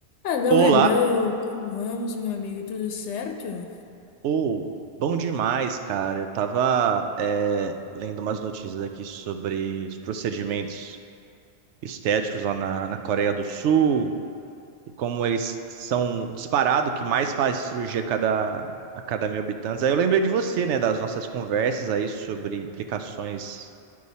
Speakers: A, on the left; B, on the right.
A: Hello,
B: Olá,
A: hello! Como vamos, meu amigo? Tudo certo?
B: ou bom demais, cara. Eu tava é, lendo umas notícias aqui sobre os procedimentos estéticos lá na, na Coreia do Sul e como eles são o disparado que mais faz cirurgia a cada, a cada mil habitantes. Aí eu lembrei de você, né, das nossas conversas aí sobre implicações